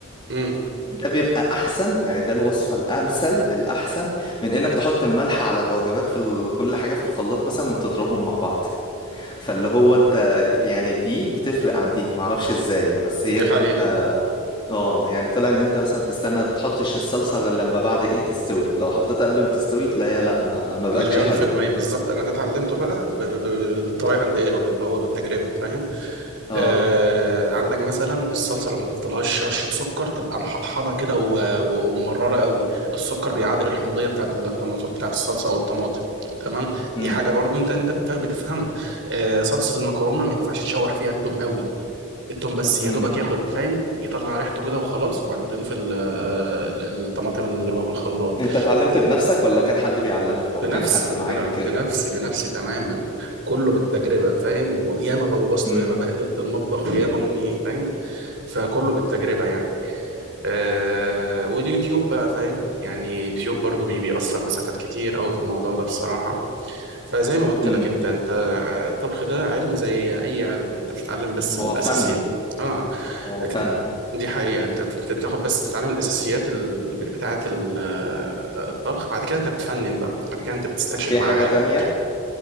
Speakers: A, on the right; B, on the left.
A: امم
B: ده بيبقى احسن يعني ده الوصفه الامثل الاحسن من انك تحط الملح على الوجبات في ال- كل حاجه في الخلاط مثلا وتضربهم مع بعض فاللي هو انت يعني دي بتفرق عن دي معرفش ازاي بس
A: دي
B: هي بتبقى
A: حقيقة
B: اه يعني طلع ان انت مثلا تستنى ما تحطش الصلصه غير لما بعد ايه تستوي لو حطيتها قبل ما تستوي تلاقيها لا ما ما بقتش
A: مليون
B: حلوه
A: في المية بالظبط أنا ده اتعلمته بقى ب- ب- ب- بالتراي أند ايرور اللي هو بالتجربة فاهم
B: اه
A: آه عندك مثلا الصلصة لو ما ضفتلهاش رشة سكر تبقى محطحضة كده و- و- ومررة قوي السكر بيعادل الحموضية بتاعت الطماط بتاعت الصلصة أو الطماطم تمام
B: امم
A: دي حاجة برضو أنت أنت أنت بتفهمها آه صلصة المكرونة ما ينفعش تشوح فيها التوم قوي التوم بس يا
B: امم
A: دوبك ياخد فاهم يطلع ريحته كده وخلاص وبعدين تضيف ال- ال- الطماطم المضروبه في الخلاط
B: انت اتعلمت بنفسك ولا كان حد بيعلمك او
A: بنفسي
B: كان حد معاك
A: بن- بنفسي بنفسي تماما كله بالتجربه فاهم وياما بوظته
B: امم
A: ياما بهدلت المطبخ وياما اني فاهم فكله بالتجربه يعني آه واليوتيوب بقى فاهم يعني اليوتيوب برضو بي- بيأثر مسافات كتير قوي في الموضوع ده بصراحه فزي ما قلت
B: امم
A: لك انت انت آه، الطبخ ده علم زي اي علم انت بتتعلم بس
B: هو
A: الاساسيات
B: فن
A: اه
B: هو
A: بت-
B: فن
A: دي حقيقة انت بت- بتاخد بس تتعلم الاساسيات ال... بتاعة ال... آه، الطبخ بعد كده انت بتفنن بقى بعد كده انت بتستكشف
B: في
A: مع
B: حاجه
A: حالك
B: تانية